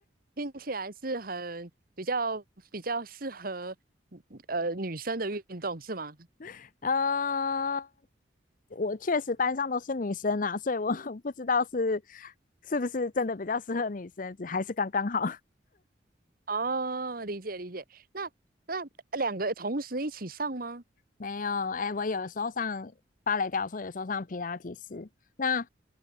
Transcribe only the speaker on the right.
听起来是很比较比较适合呃女生的运动是吗？
哦，理解理解。那那两个同时一起上吗？